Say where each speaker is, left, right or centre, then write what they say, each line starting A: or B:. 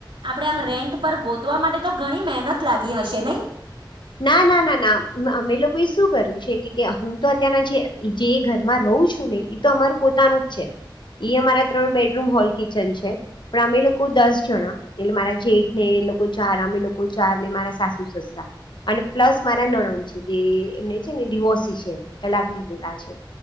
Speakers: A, on the right; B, on the left.
A: આપણે આમ રેન્ટ પર ગોતવા માટે તો ઘણી મહેનત લાગી હશે ને. નહીં?
B: ના ના ના ના અમે લોકો એ શું કર્યું છે કે હું તો અત્યારના જે જે ઘરમાં રહુ હું શું નહી તો અમારું પોતાનું જ છે. એઈ અમારા ત્રણ બેડરૂમ હોલ કિચન છે, પણ અમે લોકો દસ જણા, એટલે મારા જેઠ ને અ લોકો ચાર અમે લોકો ચાર ને મારા સાસુ સસરા. અને પ્લસ મારા નણદ છે જે એમને છે ને ડિવોસી છે તલાક લીધેલા છે.